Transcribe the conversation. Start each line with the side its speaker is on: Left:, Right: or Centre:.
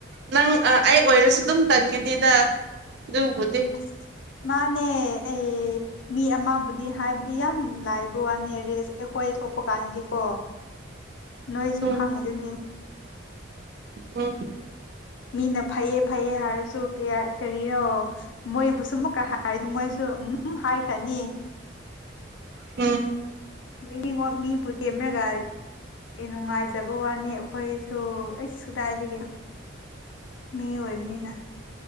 Right: ꯅꯪ ꯑꯩ ꯑꯣꯏꯔꯁꯨ ꯑꯗꯨꯝ ꯇꯟꯒꯅꯤꯗ ꯑꯗꯨꯕꯨꯗꯤ
Left: ꯑꯁ ꯃꯥꯅꯦ ꯑꯩ ꯃꯤ ꯑꯃꯕꯨꯗꯤ ꯍꯥꯏꯕꯗꯤ ꯌꯥꯝ ꯂꯥꯏꯕ ꯋꯥꯅꯤ ꯔꯦꯁ ꯑꯩꯈꯣꯏ ꯊꯣꯛꯄ ꯀꯥꯟꯗꯗꯤꯀꯣ ꯅꯣꯏꯁꯨ
Right: ꯎꯝ
Left: ꯈꯪꯉꯤꯗꯨꯅꯤ
Right: ꯎꯝ
Left: ꯃꯤꯅ ꯐꯩꯌꯦ ꯐꯩꯌꯦ ꯍꯥꯏꯔꯁꯨ ꯀꯔꯤꯅꯣ ꯃꯣꯏꯕꯨ ꯁ ꯑꯃꯨꯛꯀꯥ ꯍꯥꯏꯗꯤ ꯃꯣꯏꯁꯨ ꯎꯝ ꯍꯥꯏꯈ꯭ꯔꯅꯤ
Right: ꯎꯝ
Left: ꯃꯤꯉ ꯃꯤꯕꯨ ꯇꯦꯝꯅ ꯒꯥꯔꯤ ꯑꯩ ꯅꯨꯡꯉꯥꯏꯖꯕ ꯋꯥꯅꯤ ꯑꯩꯈꯣꯏꯁꯨ ꯑꯩꯁ ꯀꯨꯗꯥꯏꯗꯒꯤ ꯃꯤ ꯑꯣꯏꯕꯅꯤꯅ